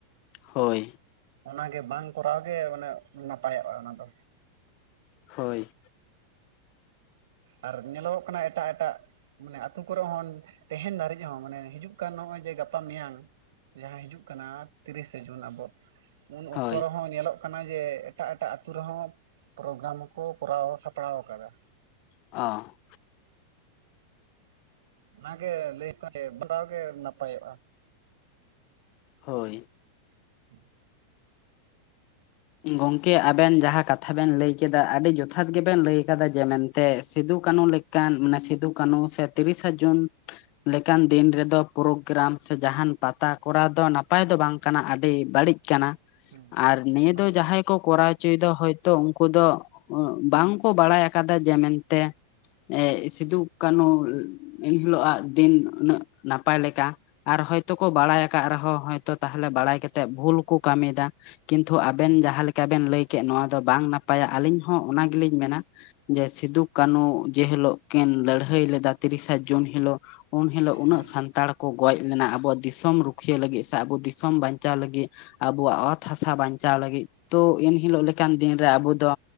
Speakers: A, on the left; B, on the right.
A: ᱦᱳᱭ
B: ᱚᱱᱟᱜᱮ ᱵᱟᱝ ᱠᱚᱨᱟᱣ ᱜᱮ ᱢᱟᱱᱮ ᱱᱟᱯᱟᱭᱚᱜᱼᱟ ᱚᱱᱟ ᱫᱚ᱾
A: ᱦᱳᱭ
B: ᱟᱨ ᱧᱮᱞᱚᱜᱚᱜ ᱠᱟᱱᱟ ᱮᱴᱟᱜ ᱮᱴᱟᱜ ᱢᱟᱱᱮ ᱟᱹᱛᱩ ᱠᱚᱨᱮ ᱦᱚᱸ ᱛᱟᱦᱮᱱ ᱫᱷᱟᱹᱨᱤᱡ ᱦᱚᱸ ᱢᱟᱱᱮ ᱦᱤᱡᱩᱜ ᱠᱟᱱ ᱱᱚᱜᱼᱚᱭ ᱡᱮ ᱜᱟᱯᱟ ᱢᱮᱭᱟᱝ ᱡᱟᱦᱟᱸ ᱦᱤᱡᱩᱜ ᱠᱟᱱᱟ ᱛᱤᱨᱤᱥᱮ ᱡᱩᱱ ᱟᱵᱚ ᱩᱱ ᱚᱠᱛᱚ
A: ᱦᱳᱭ
B: ᱨᱮᱦᱚᱸ ᱧᱮᱞᱚᱜ ᱠᱟᱱᱟ᱾ ᱠᱟᱱᱟ ᱡᱮ ᱮᱴᱟᱜ ᱮᱴᱟᱜ ᱟᱛᱳ ᱨᱮᱦᱚᱸ ᱯᱨᱳᱜᱨᱟᱢ ᱠᱚ ᱠᱚᱨᱟᱣ ᱥᱟᱯᱲᱟᱣ ᱟᱠᱟᱫᱟ᱾
A: ᱚ
B: ᱚᱱᱟᱜᱮ ᱞᱟᱹᱭ <unintelligible> ᱜᱮ ᱱᱟᱯᱟᱭᱚᱜᱼᱟ
A: ᱦᱳᱭ
B: <unintelligible>
A: ᱜᱚᱝᱠᱮ ᱟᱵᱮᱱ ᱡᱟᱦᱟᱸ ᱠᱟᱛᱷᱟ ᱵᱮᱱ ᱞᱟᱹᱭ ᱠᱮᱫᱟ, ᱟᱹᱰᱤ ᱡᱚᱛᱷᱟᱛ ᱜᱮᱵᱮᱱ ᱞᱟᱹᱭ ᱟᱠᱟᱫᱟ, ᱡᱮ ᱢᱮᱱᱛᱮ ᱥᱤᱫᱩ ᱠᱟᱹᱱᱦᱩ ᱢᱟᱱᱮ ᱥᱤᱫᱩ ᱠᱟᱹᱱᱩ ᱥᱮ ᱛᱤᱨᱤᱥᱟ ᱡᱩᱱ ᱞᱮᱠᱟᱱ ᱫᱤᱱ ᱨᱮᱫᱚ ᱯᱨᱳᱜᱨᱟᱢ ᱥᱮ ᱡᱟᱦᱟᱱ ᱯᱟᱛᱟ ᱠᱚᱨ ᱫᱚ ᱱᱟᱯᱟᱭ ᱫᱚ ᱵᱟᱝ ᱠᱟᱱᱟ ᱟᱹᱰᱤ ᱵᱟᱹᱲᱤᱡ ᱠᱟᱱᱟ
B: ᱦᱩᱸ
A: ᱟᱨ ᱱᱤᱭᱟᱹ
B: ᱵᱟᱹᱲᱤᱡᱼᱟ
A: ᱫᱚ ᱡᱟᱦᱟᱸᱭ ᱠᱚ ᱠᱚᱨᱟᱣ ᱦᱚᱪᱚᱭᱮᱫᱟ ᱦᱚᱭᱛᱚ ᱩᱱᱠᱩ ᱫᱚ ᱵᱟᱝ ᱠᱚ ᱵᱟᱲᱟᱭ ᱟᱠᱟᱫᱟ, ᱡᱮ ᱢᱮᱱᱛᱮ ᱮ ᱥᱤᱫᱩ ᱠᱟᱱᱦᱩ ᱮᱱᱦᱤᱞᱳᱜ ᱫᱤᱱ ᱩᱱᱟᱹᱜ ᱱᱟᱯᱟᱭ ᱞᱮᱠᱟ ᱟᱨ ᱦᱚᱭᱛᱚ ᱠᱚ ᱵᱟᱲᱟᱭ ᱟᱠᱟᱫ ᱨᱮᱦᱚᱸᱛ ᱛᱟᱦᱚᱞᱮ ᱵᱟᱲᱟᱭ ᱠᱟᱛᱮᱜ ᱵᱷᱩᱞ ᱠᱚ ᱠᱟᱹᱢᱤᱭᱮᱫᱟ ᱠᱤᱱᱛᱩ ᱟᱵᱮᱱ
B: ᱦᱩᱸ
A: ᱡᱟᱦᱟᱸ ᱞᱮᱠᱟ ᱵᱮᱱ ᱞᱟᱹᱭ ᱠᱮᱫ ᱱᱚᱣᱟ ᱫᱚ ᱵᱟᱝ ᱱᱟᱯᱟᱭᱟ ᱟᱹᱞᱤᱧ ᱦᱚᱸ ᱚᱱᱟ ᱜᱮᱞᱤᱧ ᱢᱮᱱᱟ᱾ ᱡᱮ ᱥᱤᱫᱩ ᱠᱟᱱᱦᱩ ᱡᱮ ᱦᱤᱞᱳᱜ ᱠᱤᱱ ᱞᱟᱹᱲᱦᱟᱹᱭ ᱞᱮᱫᱟ ᱛᱤᱨᱤᱥᱟ ᱡᱩᱱ ᱦᱤᱞᱳᱜ᱾ ᱩᱱ ᱦᱤᱞᱳ ᱩᱱᱟᱹᱜ
B: ᱦᱮᱸ
A: ᱥᱟᱱᱛᱟᱲ ᱠᱚ ᱜᱚᱡ ᱞᱮᱱᱟ ᱟᱵᱚᱣᱟᱜ ᱫᱤᱥᱚᱢ ᱨᱩᱠᱷᱤᱭᱟᱹ ᱞᱟᱹᱜᱤᱫ ᱥᱮ ᱟᱵᱚ ᱫᱤᱥᱚᱢ ᱵᱟᱧᱪᱟᱣ ᱞᱟᱹᱜᱤᱫ᱾ ᱟᱵᱚᱣᱟᱜ ᱚᱛ ᱦᱟᱥᱟ ᱵᱟᱱᱪᱟᱣ ᱵᱟᱱᱪᱟᱣ ᱞᱟᱹᱜᱤᱫ ᱛᱚ ᱮᱱᱦᱤᱞᱳᱜ ᱞᱮᱠᱟᱱ ᱫᱤᱱᱨᱮ ᱟᱵᱚ ᱫᱚ